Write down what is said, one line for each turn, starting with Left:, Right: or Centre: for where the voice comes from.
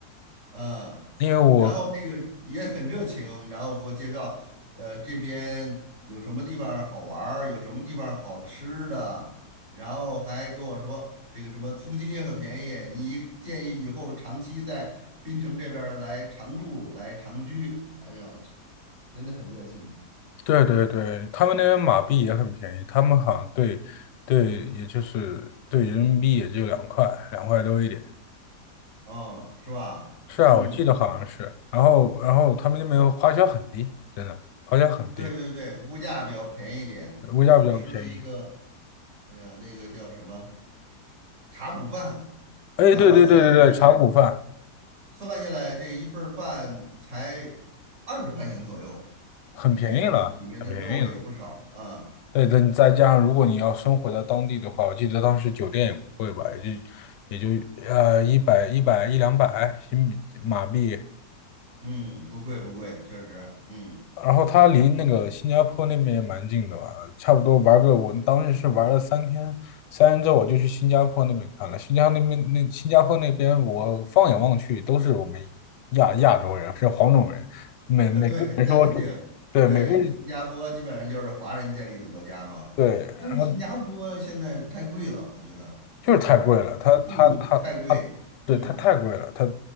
Right: 嗯，
Left: 因为我
Right: 然后那个也很热情，然后给我介绍，呃，这边有什么地方儿好玩儿有什么地方儿好吃的，然后还跟我说这个什么租金也很便宜，你建议以后长期在滨城这边儿来常住，来长居。哎呀，真的很热情
Left: 对对对，他们那边马币也很便宜，他们好像对对，也就是对人民币也就两块，两块多一点。
Right: 哦，是吧？
Left: 是啊，
Right: 嗯，
Left: 我记得好像是。然后然后他们那边花销很低，真的花销很低，
Right: 对对对，物价比较便宜一点。
Left: 物价比较便宜。
Right: 我吃了一个，哎呀，那个叫什么茶骨饭，
Left: 哎，
Right: 然后我算下来。
Left: 对对对对对，茶谷饭
Right: 算下来这一份儿饭才二十块钱左右，
Left: 很便宜了，
Right: 挺便宜的，里面的肉也不少啊。
Left: 很便宜了。对，再再加上如果你要生活在当地的话，我记得当时酒店也不贵吧，也就也就呃一百一百一两百新币马币。
Right: 嗯，不贵不贵，确实，嗯
Left: 然后他离那个新加坡那边也蛮近的吧，差不多玩个，我当时是玩了三天，三天之后我就去新加坡那边看了。新加坡那边那新加坡那边，我放眼望去都是我们亚亚洲人，是黄种人，每每个人说就对每个人
Right: 啊，<laughs> 对，那肯定，对，新加坡基本上就是华人建立的国家嘛，
Left: 对，
Right: 但是新加坡现在太贵了，
Left: 然后
Right: 我觉得
Left: 就是太贵了，他他他他，
Right: 住太贵，
Left: 对他太贵了，
Right: 嗯
Left: 他